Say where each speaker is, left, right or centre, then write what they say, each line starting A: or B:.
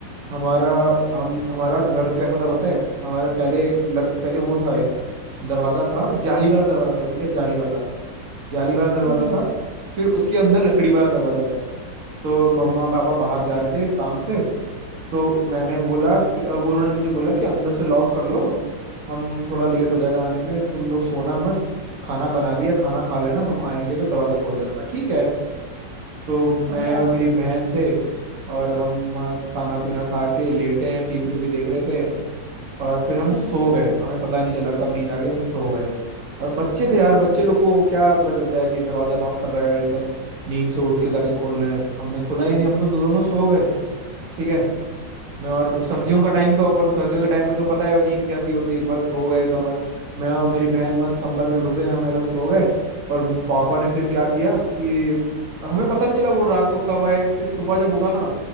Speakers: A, on the right; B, on the right.
A: हमारा हम हमारा घर कैसा था पता है हमारे पहले एक लक- पहले वो था एक दरवाजा था जाली वाला दरवाजा था ठीक है जाली वाला जाली वाला दरवाजा
B: हम्म,
A: था फिर उसके अंदर लकड़ी वाला दरवाजा था तो मम्मा पापा बाहर जा रहे थे काम से तो मैंने बोला कि अब उन्होंने मुझे बोला कि अंदर से लॉक कर लो हम थोड़ा लेट हो जाएगा आने में तुम लोग सोना मत खाना बना दिया खाना खा लेना हम आएंगे तो दरवाजा खोल देना मैं ठीक है तो
B: अच्छा
A: मैं और मेरी बहन थे और हम मस्त खाना पीना खा के लेटे हैं टीवी टूवी देख रहे थे और फिर हम
B: अच्छा
A: सो गए हमें पता नहीं चला कब नींद आ गई हम सो गए और बच्चे थे यार बच्चे लोग को क्या पता चलता है कि दरवाजा नॉक कर रहा है और एकदम नींद से उठ के जाके खोलना है हमने खोला ही नहीं हम तो दोनों सो गए ठीक है मैं और सर्दियों का टाइम था ऊपर से सर्दियों के टाइम में तो पता है वो नींद कैसी होती है एक बार सो गए तो मस्त मैं और मेरी बहन मस्त कंबल में घुसे हम ऐसा सो गए और पापा ने फिर क्या किया कि हमें पता नहीं चला वो रात को कब आए फिर सुबह जब उठा ना